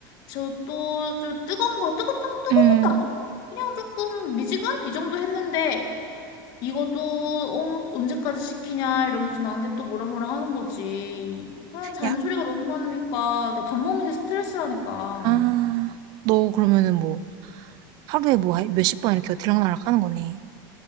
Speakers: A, on the left; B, on the right.
A: 저 또, 저 뜨거운 거, 뜨겁던 거, 뜨거운
B: 응.
A: 것도 아니야. 그냥 조금 미지근? 이 정도 했는데, 이것도, 어, 언제까지 시키냐? 이러면서 나한테 또 뭐라 뭐라 하는 거지. 그냥 잔소리가
B: 야,
A: 너무 많으니까, 내가 밥 먹는 게 스트레스라니까.
B: 아, 너 그러면은 뭐, 하루에 뭐, 하- 몇십 번 이렇게 들락날락 하는 거네.